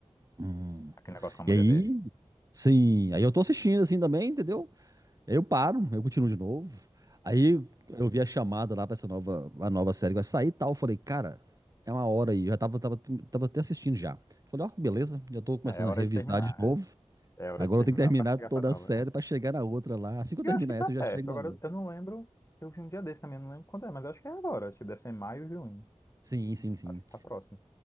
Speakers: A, on the right (about 35°); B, on the left (about 25°).
A: Hum.
B: Aquele negócio com a mulher
A: E aí.
B: dele.
A: Sim, aí eu tô assistindo assim também, entendeu? Aí Eu paro, eu continuo de novo. Aí eu vi a chamada lá pra essa nova, a nova série que vai sair e tal. Eu falei, cara, é uma hora aí. Eu já tava, tava, tava até assistindo já. Falei, ó, que beleza, já tô começando
B: É, é hora
A: a revisar
B: de terminar.
A: de novo.
B: É, é hora
A: Agora
B: de terminar
A: eu tenho que terminar
B: pra chegar
A: toda
B: pra nova.
A: a série pra chegar na outra lá. Assim que eu
B: E
A: terminar
B: eu acho que tá
A: essa,
B: perto.
A: eu já chego na
B: Agora,
A: outra.
B: eu não lembro. Eu vi um dia desse também, eu não lembro quando é, mas eu acho que é agora. Acho que deve ser em maio e junho.
A: Sim, sim, sim.
B: Acho que tá próximo.